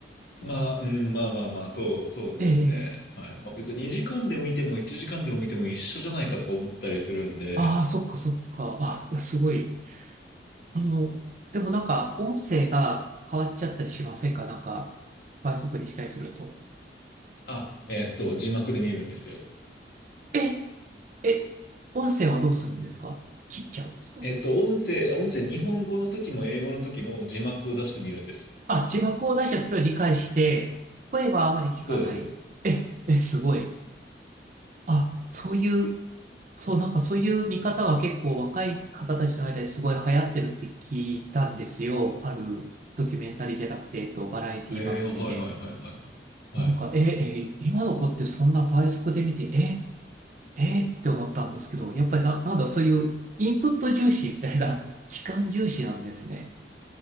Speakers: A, on the left (about 70°); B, on the right (about 45°).
A: まあ、うん、まあまあまあ、そう、そうですね。
B: ええ、
A: はい。まあ別に2時間でも見ても1時間でも見ても一緒じゃないかとか思ったりするんで、
B: ああー、そっか、そっか、あ、すごい。あの、でもなんか、音声が変わっちゃったりしませんかなんか、倍速にしたりすると。
A: あ、えっと、字幕で見るんですよ。
B: え、え、音声はどうするんですか切っちゃうんですか
A: えっと、音声、音声、日本語の時も英語の時も字幕を出してみるんです。
B: あ、字幕を出してそれを理解して、声はあまり聞かない。
A: そうです、そうです。
B: え、え、すごい。あ、そういうそう、なんかそういう見方が結構若い方たちの間ですごい流行ってるって聞いたんですよ。あるドキュメンタリーじゃなくて、えっと、バラエティ番組で。
A: えーはいはいはいはい。はい。
B: なんか、え、え、今の子ってそんな倍速で見て、え、えって思ったんですけど、やっぱりな、なんだそういうインプット重視みたいな、時間重視なんですね。